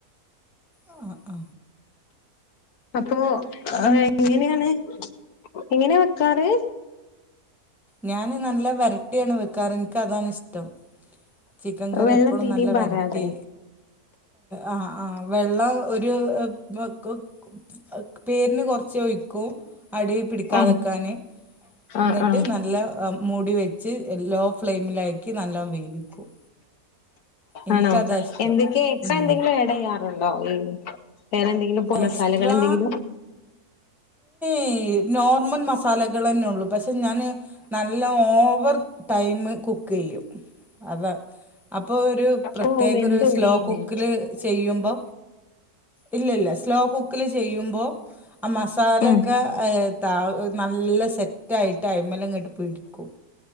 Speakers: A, in the centre; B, on the left.
A: ആ ആ
B: അപ്പൊ എ എങ്ങനെയാണ്? എങ്ങനാ വെക്കാറ്?
A: ഞാന് നല്ല വെരട്ടിയാണ് വെക്കാറ് എനിക്കതാണ് ഇഷ്ടം. ചിക്കൻ കറി
B: വെള്ളം
A: എപ്പഴും
B: തീരയും
A: നല്ല
B: പാരാതെ
A: വെരട്ടി ആ ആ വെള്ള ഒരു <unintelligible> പേരിന് കുറച്ച് ഒഴിക്കും അടീപിടിക്കാതക്കാന്.
B: ഉം
A: എന്നിട്ട്
B: ആഹ് ആഹ്
A: നല്ല മൂടി വെച്ച് ലോ ഫ്ലെയിമിലാക്കി നലോം വേവിക്കും. എനിക്കതാ
B: ആണോ
A: ഇഷ്ടം
B: എന്തൊക്കെയ എക്സ്ര
A: ഉം.
B: എന്തെങ്കിലും ആഡ്യ്യാറുണ്ടോ ഈ വേറെ എന്തെങ്കിലും പ്പൊ മസാലകലെ
A: എക്സ്ട്രാ
B: ന്തെങ്കിലും
A: ഈ നോർമൽ മസാലകളെന്ന്ഒള്ളു പക്ഷെ ഞാൻ നല്ല ഓവർ ടൈമ് കുക്ക് ചെയ്യും അതാണ് അപ്പോൾ ഒരു പ്രത്യേകഒര്
B: ഓ വെന്തൊടിയില്ലേ
A: സ്ലോ കുക്കിൽ ചെയ്യുമ്പോ ഇല്ല ഇല്ല സ്ലോ കുക്കില് ചെയ്യുമ്പോ ആ മസാലൊക്കെ
B: ഉം
A: ത നല്ല സെറ്റായിട്ട് അയ്മല് ഇങ്ങട്ട് പിടിക്കും